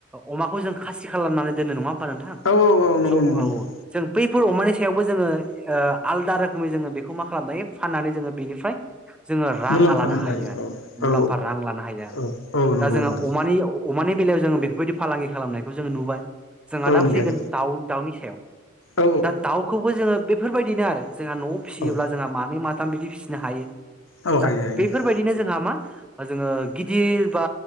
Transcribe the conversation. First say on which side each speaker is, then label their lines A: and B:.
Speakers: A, in the centre; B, on the left (about 70°).
A: अमा खौ जों खासि खालामनानै दोनो नङा होमबा नोंथां
B: औ नंगौ
A: स' औ
B: नंगौ नोंथां
A: जों बैफोर अमानि सायावबो जोङो ओ आलदा रोखोमै जोङो बेखौ मा खालामनो हायो फाननानै जोङो बेनिफ्राय जोङो रां
B: मुलाम्फा
A: लानो
B: मोननो
A: हायो आरो
B: औ औ
A: मुलाम्फा रां लानो हायो आरो
B: औ औ नंगौ
A: दा जोङो
B: नोंथां
A: अमानि अमानि बेलायाव जोङो बेफोरबायदि फालांगि खालामनायखौ जोङो नुबाय। जोंहा
B: औ
A: दा
B: नंगौ
A: फैगोन दाउ दाउनि सायाव
B: औ
A: दा दाउखौबो जोङो बेफोरबायदिनो आरो जोंहा न'आव फिसियोब्ला
B: औ
A: जोंहा मानै मा बिदि फिसिनो हायो,
B: औ
A: दा
B: हायो हायो
A: बेफोरबायदिनो
B: नोंथां
A: जोंहा जोङो गिदिर बा